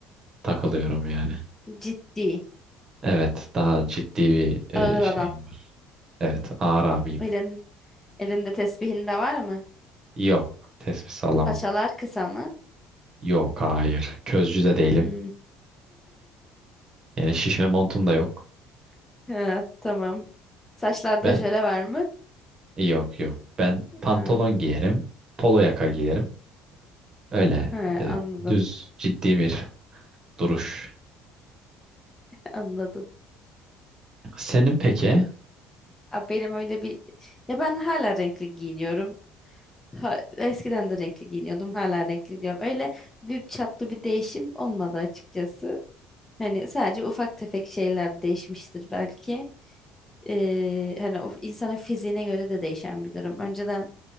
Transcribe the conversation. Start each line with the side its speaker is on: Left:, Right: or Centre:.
Right: takılıyorum yani.
Left: ciddi.
Right: Evet, daha ciddi bir e,
Left: Ağır
Right: şeyim
Left: adam.
Right: var. Evet, ağır abiyim.
Left: Öyle Elinde tesbihin de var mı?
Right: Yok, tespih sallamam.
Left: Paçalar kısa mı?
Right: Yok, hayır. Közcü de değilim.
Left: Hmm.
Right: Yani şişme montum da yok.
Left: Ha, tamam. Saçlarda
Right: Ben
Left: jöle var mı?
Right: yok yok. Ben pantolon
Left: Ha,
Right: giyerim, polo yaka giyerim. Öyle
Left: ha,
Right: e,
Left: anladım.
Right: düz ciddi bir duruş.
Left: Anladım.
Right: Senin peki
Left: Abi benim öyle bir... Ya ben hala renkli giyiniyorum. Ha, eskiden de renkli giyiniyordum. Hala renkli diyorum. Öyle büyük çaplı bir değişim olmadı açıkçası. Hani sadece ufak tefek şeyler değişmiştir belki. Ee, hani o insana fiziğine göre de değişen bir durum. Önceden